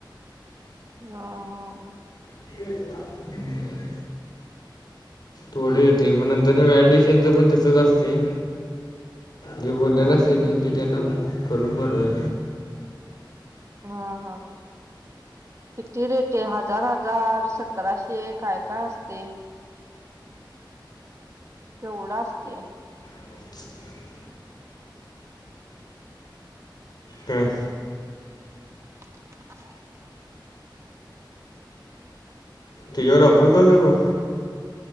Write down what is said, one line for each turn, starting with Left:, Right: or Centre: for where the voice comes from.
Right: ह ह
Left: हम्म थोडे येत मग नंतर न व्याड शनंतर पण तसच असते जे बोललेला
Right: हा
Left: असे नाही की त्यांना करून पडवाय
Right: हा हा किती रेट आहे हजार हजार सतराशे काय काय असते तेवढं असते
Left: <unintelligible> हं
Right: <unintelligible>
Left: तेच्यावर ऑफर चालू हाय बग.